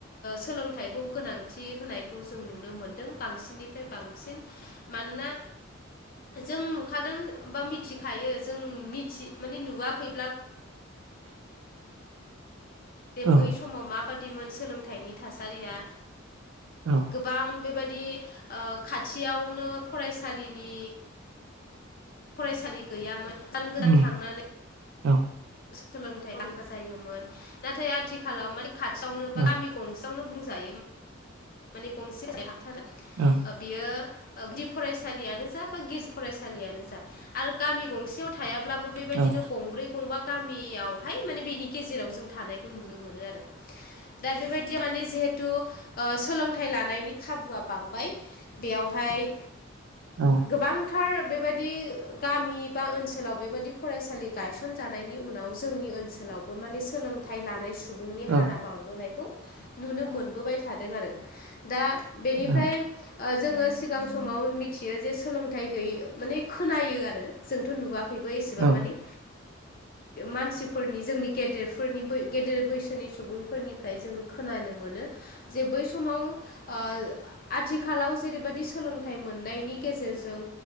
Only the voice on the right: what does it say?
ओं
औ
उम
औ
औ
औ
औ
औ
औ
ओं
औ